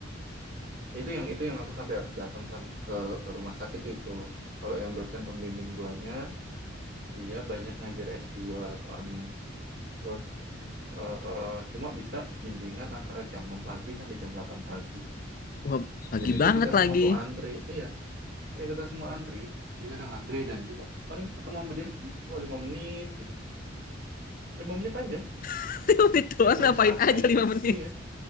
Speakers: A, on the right (about 55°); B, on the left (about 45°).
A: Itu yang itu yang aku sampai harus datang sam- ke ke rumah sakit itu. Kalau yang dosen pembimbing duanya dia banyak ngajar s dua soalnya. Terus eh, cuma bisa bimbingan antara jam 6 pagi sampai jam 8 pagi.
B: Wah, pagi
A: Jadi tuh
B: banget
A: kita semua
B: lagi.
A: tuh antri. Iya, ya kita semua antri jadi kadang antri dan juga paling ketemu sama dia cuma lima menit gitu lima menit aja
B: <laughs> Itu
A: dan
B: ngapain
A: itu harus antri
B: aja lima menit.
A: iya